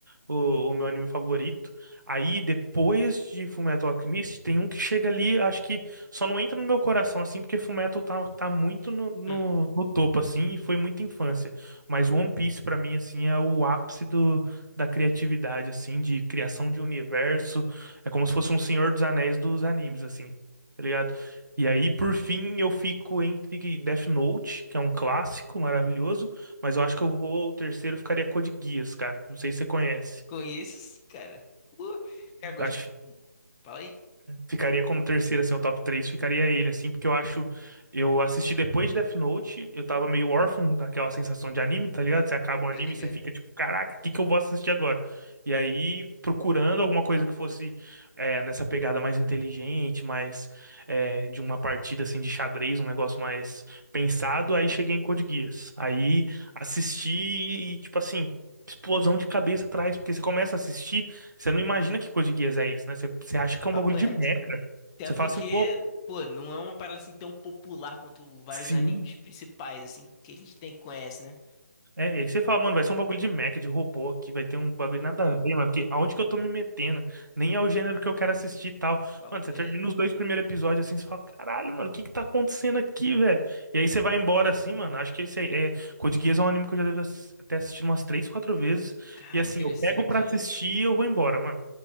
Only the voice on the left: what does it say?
Hum,
conheço esse cara. Uh, cara, gosto.
Hum, Fala aí.
Tô ligado.
Papo
reto.
Até
porque,
pô, não é uma parada assim tão popular quanto vários
animes principais, assim, que a gente tem conhece, né?
Papo
reto.
Cara,
interessante.